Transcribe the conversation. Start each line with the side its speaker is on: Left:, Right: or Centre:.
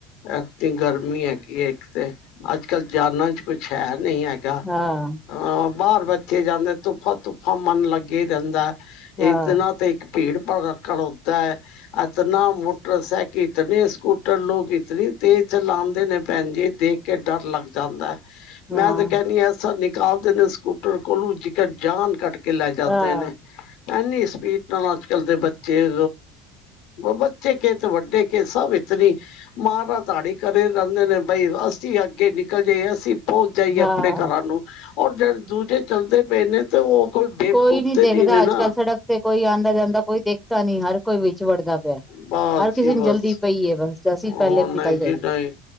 Left: ਇਨੀ ਗਰਮੀ ਹੈਗੀ ਹੈ ਇੱਕ ਤੇ ਅੱਜ ਕੱਲ ਜਾਨਾਂ ਚ ਕੁਛ ਹੈ ਨਹੀਂ ਹੈਗਾ
Centre: ਹਾਂ
Left: ਹ ਬਾਹਰ ਬੱਚੇ ਜਾਂਦੇ ਧੁੱਫਾ ਧੁੱਫਾ ਮਨ ਲੱਗੇ ਹੀ ਰਹਿੰਦਾ
Centre: ਹਾਂ
Left: ਇਤਨਾਂ ਤੇ ਇੱਕ ਭੀੜ ਖਲੋਤਾ ਹੈ ਇਤਨਾ ਮੋਟਰਸਾਈਕਲ ਇਤਨੇ ਸਕੂਟਰ ਲੋਕ ਇਤਨੀ ਤੇਜ਼ ਚਲਾਉਂਦੇ ਨੇ ਭੈਣ ਜੀ ਦੇਖ ਕੇ ਡਰ ਲੱਗ ਜਾਂਦਾ
Centre: ਹਾਂ
Left: ਮੈਂ ਤੇ ਕਹਿਂਦੀ ਐਸਾ ਨਿਕਾਲ ਨੇ ਸਕੂਟਰ ਕੋਲੋਂ ਜੇਕਰ ਜਾਨ ਕੱਟ ਕੇ ਕਿਲਾ ਚੱਲਦੇ
Centre: ਹਾਂ
Left: ਨੇ ਐਨੀ ਸਪੀਡ ਨਾਲ ਅੱਜ ਕੱਲ ਦੇ ਬੱਚੇ ਬੱਚੇ ਕੇ ਅਤੇ ਵੱਡੇ ਕੇ ਸਭ ਇਤਨੀ ਮਾਰਾਧੜੀ ਕਰ ਰਹਿੰਦੇ ਨੇ ਬਈ ਅਸੀਂ ਅੱਗੇ ਨਿਕਲ ਜਏ ਅਸੀਂ ਉਹ ਜਾਈਏ
Centre: ਹਾਂ
Left: ਆਪਣੇ ਘਰਾਂ ਨੂੰ। ਔਰ ਜਦ ਦੂਜੇ ਚਲਦੇ ਪਏ ਨੇ ਤੇ ਉਹ ਬੇਵਕੂਫ
Centre: ਕੋਈ ਨੀ
Left: ਤੇ
Centre: ਦੇਖਦਾ
Left: ਨਹੀਂ ਨੇ ਨਾ।
Centre: ਅੱਜ ਕੱਲ੍ਹ ਸੜਕ ਤੇ ਕੋਈ ਆਂਦਾ-ਜਾਂਦਾ ਕੋਈ ਦੇਖਦਾ ਨੀ ਹਰ ਕੋਈ ਵਿੱਚ ਵੜਦਾ ਪਿਆ
Left: ਬਸ
Centre: ਹਰ ਕਿਸੇ
Left: ਜੀ
Centre: ਨੂੰ
Left: ਬਸ,
Centre: ਜਲਦੀ ਪਈ ਹੈ ਬਸ ਅਸੀਂ
Left: ਹੁਣ
Centre: ਪਹਿਲੇ ਨਿਕਲ
Left: ਨਹੀਂ
Centre: ਜਾਈਏ
Left: ਜੀ ਨਹੀਂ